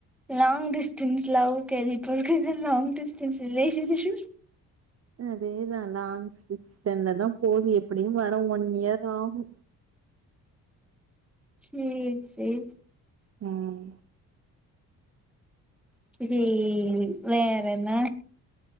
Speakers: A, in the centre; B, on the right.
A: லாங் டிஸ்டன்ஸ் லவ் கேள்விப்பட்ருக்கே இது லாங் டிஸ்டன்ஸ் ரிலேஷன்ஷிப்
B: அதேதா லாங் டிஸ்டன்லதா போவுது எப்டியு வர ஒன் இயர் ஆவு
A: சேரி சேரி
B: ம்
A: சேரி வேற என்ன